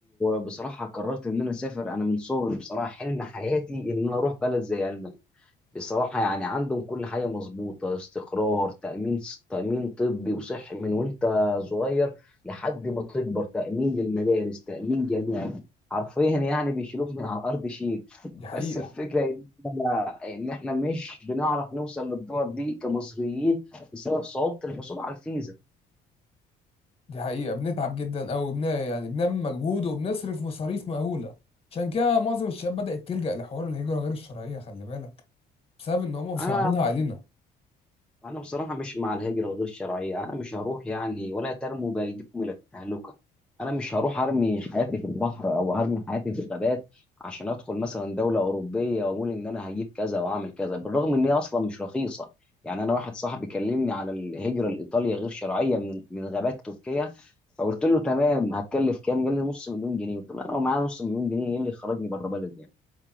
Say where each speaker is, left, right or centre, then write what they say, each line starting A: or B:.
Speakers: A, in the centre; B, on the left.
A: بصراحه قررت ان انا اسافر انا من صغري بصراحه حلم حياتي ان انا اروح بلد زي المانيا بصراحه يعني عندهم كل حاجه مظبوطه استقرار تامين تامين طبي وصحي من وانت صغير لحد ما تكبر تامين للمدارس تامين جامعي حرفيا يعني بيشيلوك من على الارض شيء
B: دي حقيقه
A: بس الفكره ان احنا إن إحنا مش بنعرف نوصل للدول دي كمصريين بسبب صعوبه الحصول على الفيزا
B: دي حقيقه بنتعب جدا او بن يعني بنعمل مجهود وبنصرف مصاريف مهوله عشان كده معظم الشباب بدات تلجا لحوار الهجره غير الشرعيه خلي بالك بسبب ان هم مصعبينها
A: انا
B: علينا
A: انا بصراحه مش مع الهجره الغير شرعيه انا مش هروح يعني ولا ترموا بايديكم الى التهلكه انا مش هروح ارمي حياتي في البحر او ارمي حياتي في الغابات عشان ادخل مثلا دوله اوروبيه واقول ان انا هجيب كذا واعمل كذا بالرغم ان هي اصلا مش رخيصه يعني انا واحد صاحبي كلمني على الهجره لايطاليا غير شرعيه من من غابات تركيا فقلت له تمام هتكلف كام قال لي نص مليون جنيه قلت له انا ومعايا نص مليون جنيه ايه اللي يخرجني بره بلدي يعني